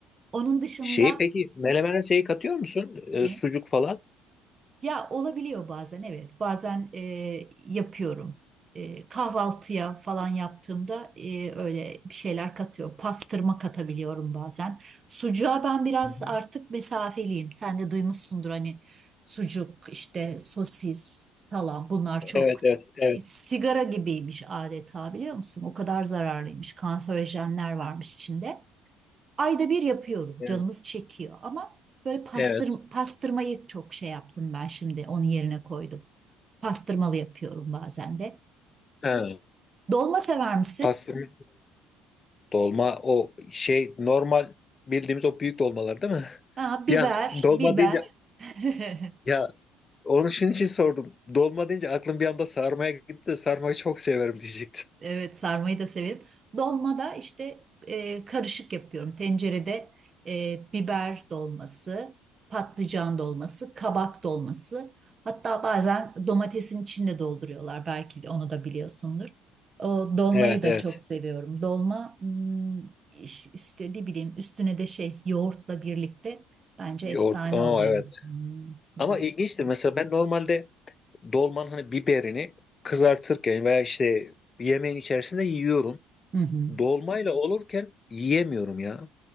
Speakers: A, on the right; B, on the left.
A: Onun dışında
B: Şeyi peki melemene şeyi katıyor musun? E,
A: ne?
B: sucuk falan.
A: Ya olabiliyor bazen evet. Bazen e, yapıyorum. E, kahvaltıya falan yaptığımda e, öyle bir şeyler katıyor. Pastırma katabiliyorum bazen. Sucuğa ben biraz
B: Hı hı.
A: artık mesafeliyim. Sen de duymuşsundur hani sucuk, işte sosis, salam bunlar çok
B: Evet evet evet.
A: e, sigara gibiymiş adeta biliyor musun? O kadar zararlıymış. Kanserojenler varmış içinde. Ayda bir yapıyorum.
B: Yani,
A: Canımız çekiyor ama böyle pastır,
B: evet.
A: pastırmayı çok şey yaptım ben şimdi onun yerine koydum. Pastırmalı yapıyorum bazen de.
B: Ha,
A: Dolma sever misin?
B: pastırma dolma o şey normal bildiğimiz o büyük dolmalar değil mi? <laughs>
A: Ha, biber,
B: Bir an dolma
A: biber.
B: deyince
A: <laughs>
B: ya onun şunun için sordum. Dolma deyince aklım bir anda sarmaya gitti de sarmayı çok severim diyecektim.
A: Evet sarmayı da severim. Dolmada işte e, karışık yapıyorum. Tencerede e, biber dolması, patlıcan dolması, kabak dolması. Hatta bazen domatesin içinde dolduruyorlar. Belki de onu da biliyorsundur. O dolmayı
B: Evet
A: da
B: evet.
A: çok seviyorum. Dolma hmm, iş- işte ne bileyim üstüne de şey yoğurtla birlikte bence
B: Yoğurt.
A: efsane
B: Aa,
A: oluyor.
B: evet.
A: Hmm, yoğurt.
B: Ama ilginçtir. Mesela ben normalde dolmanın hani biberini kızartırken veya işte yemeğin içerisinde yiyorum.
A: Hı hı.
B: Dolmayla olurken yiyemiyorum ya.